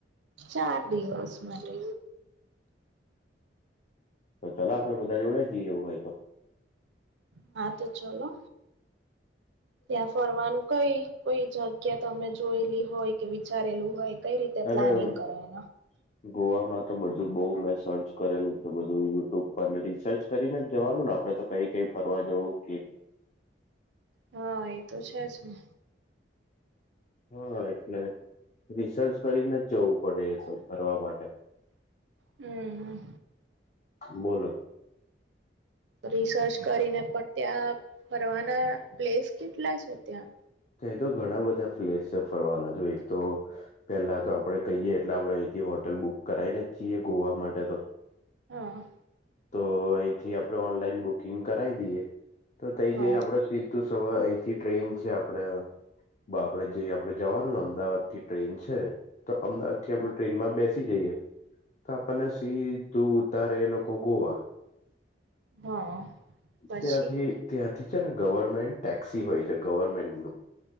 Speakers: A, on the right; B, on the left.
A: ચાર દિવસ માટે
B: તો ચાલ આપણે બધા જોડે જઈએ એવું હોય તો
A: હા તો ચલો
B: <inaudible>
A: ત્યાં ફરવાનું કઈ કોઈ જગ્યા તમે જોયેલી હોય કે વિચારેલું હોય કઈ રીતે
B: અને
A: પ્લાનિંગ કરવાનુ
B: <inaudible> ગોવામાં તો બધું બહુ મેં સર્ચ કરેલું છે બધું યુટ્યુબ પર ને રિસર્ચ કરીને જવાનું ને આપણે તો કઈ કઈ ફરવા જવું
A: હા એ તો છે જ ને
B: હા એટલે રિસર્ચ કરીને જ જવું પડે એ તો કરવાવા માટે
A: હમ
B: બોલોલો
A: રિસર્ચ કરીને પણ ત્યાં ફરવાના પ્લેસ કેટલા છે ત્યાં
B: ત્યાં તો ઘણા બધા પ્લેસ છે ફરવાના જો એક તો પેલા તો આપડે કહીએ એટલે આપણેે અહીથી હોટલ બુક કરાઈને જ છીએ ગોવા માટે તો
A: હા
B: તો અહીંથી આપણેે ઓનલાઈન બુકિંગ કરાવી દઈએ તો થઈ
A: હા
B: જઈને આપડ તો સવા અહીંથી ટ્રેન છે આપ આપડ બા આપડે જેઈ આપડણે જવાનું અમદાવાદ થી ટ્રેન છે તો અમદાવાદ થી આપડું
A: હા
B: ટ્રેનમાં બેસી જઈએ તો આપણને સી તું તારે એ લોકો ગોવા
A: હા હા પછી
B: ત્યાંથી ત્યાંથી છે ને ગવર્મેન્ટ ટેક્સી હોય છે ગવર્મેન્ટ